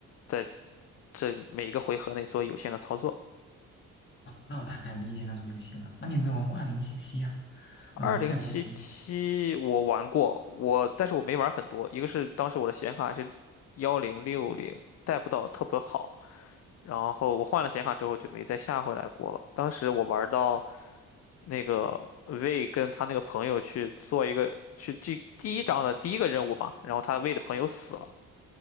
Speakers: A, on the left; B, on the left.
A: 在这每一个回合内做有限的操作。
B: 那我大概理解那种游戏了。那你有没有玩过二零七七呀？
A: 二零七七我玩过，
B: 呃，赛博，
A: 我但是我没玩很多，一个是当时我的显卡是幺零六零，带不到特别好，然后我换了显卡之后就没再下回来过了。当时我玩到那个魏跟他那个朋友去做一个去第第一章的第一个任务吧，然后他魏的朋友死了，